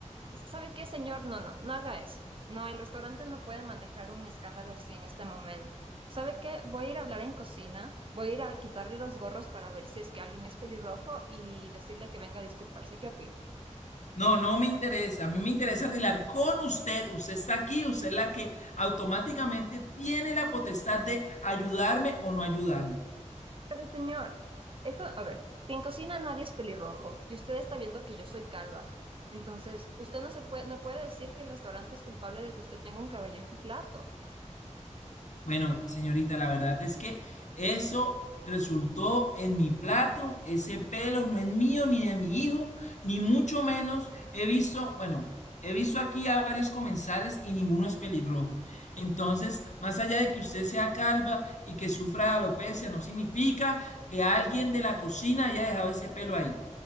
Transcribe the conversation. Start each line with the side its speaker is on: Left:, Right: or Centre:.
Right: ¿Sabe qué, señor? No, no, no haga eso. No, el restaurante no puede manejar un escándalo así en este momento. ¿Sabe qué? Voy a ir a hablar en cocina, voy a ir a quitarle los gorros para ver si es que alguien es pelirrojo y decirle que venga a disculparse. ¿Qué opina?
Left: No, no me interesa. A mí me interesa arreglar con usted. Usted está aquí, usted es la que automáticamente tiene la potestad de ayudarme o no ayudarme.
Right: Pero, señor, eso, a ver, si en cocina nadie es pelirrojo y usted está viendo que yo soy calva, entonces usted no se puede, no puede decir que el restaurante es culpable de que usted tenga un cabello en su plato.
Left: Bueno, señorita, la verdad es que eso resultó en mi plato, ese pelo no es mío ni de mi hijo, ni mucho menos he visto, bueno, he visto aquí a varios comensales y ninguno es pelirrojo. Entonces, más allá de que usted sea calva y que sufra de alopecia, no significa que alguien de la cocina haya dejado ese pelo ahí.